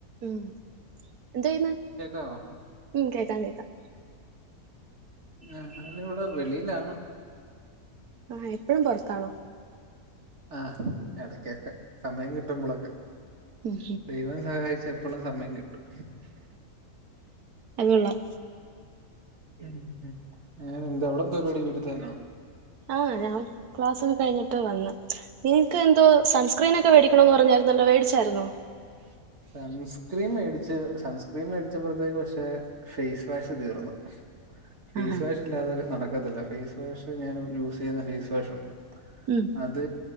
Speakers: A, on the right; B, on the right.
A: ഉം എന്തെയ്ന്ന്
B: കേക്കാവോ
A: മ് കേക്കാം കേക്കാം.
B: ഞാനിവിടെ വെളിയിലാണ്.
A: ആഹ് എപ്പഴും പുറത്താണോ?
B: ആഹ് എടക്കൊക്കെ സമയം കിട്ടുമ്പോളൊക്കെ
A: ഉം
B: ദൈവം സഹായിച്ച് എ പ്പളും സമയം കിട്ടും.
A: അതുകൊള്ളാം.
B: ഉം ങ്ങനെ എന്തവിടെന്ത്‌ പരിപാടി വീട്ടിൽത്തന്നാണോ?
A: ആഹ് ഞങ്ങള് ക്ലാസ്സൊക്കെ കഴിഞ്ഞിട്ട് വന്ന്. നിങ്ങ്ക്ക് എന്തോ സൺസ്ക്രീനൊക്കെ വേടിക്കണന്ന് പറഞ്ഞായിരുന്നല്ലോ വേടിച്ചായിരുന്നോ?
B: സൺസ്ക്രീൻ മേടിച്ച് സൺസ്ക്രീൻ മേടിച്ചപ്പോത്തേക്ക് പക്ഷെ ഫേസ് വാഷ് തീർന്നു ഹ് ഫേസ്
A: ആഹാ
B: വാഷ് ഇല്ലാതെ നടക്കത്തില്ല ഫേസ് വാഷ് ഞാൻ യൂസ് ചെയ്യുന്ന ഫേസ് വാഷുണ്ട്.
A: ഉം
B: അത്